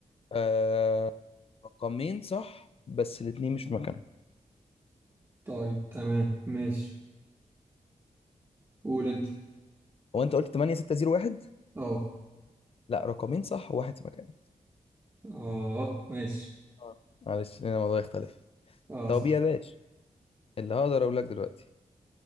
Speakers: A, on the left; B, on the right.
A: آه... رقمين صح بس الاتنين مش في مكانهم
B: طيب تمام ماشي قول انت
A: هو انت قلت 8 6 0 1
B: اه
A: لا رقمين صح وواحد في مكانه
B: اه ماشي
A: آه. معلش هنا الموضوع يختلف
B: اه
A: طب
B: صح
A: يا باشا اللي هقدر اقول لك دلوقتي